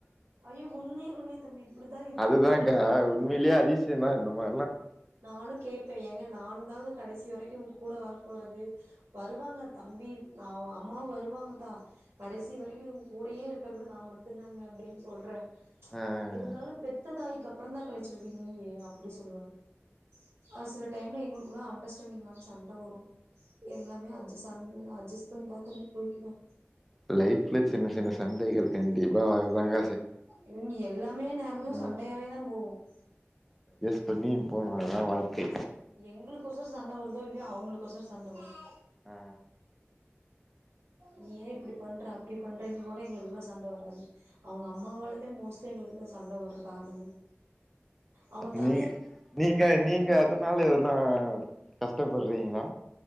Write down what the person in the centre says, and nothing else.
அதுதான்கா உண்மையிலேயே அதி பூச்சியிருந்த என்ன மா
ம்
ஆ
லைஃப்ல சின்ன சின்ன சந்தைகள் கண்டிப்பா ஆகும்தாங்க.
ம்
வெளிய போனால்தான் வாழ்க்கை.
ஆ
நீ நீங்க நீங்க அதனால எதுனா கஷ்டப்படுறீங்களா?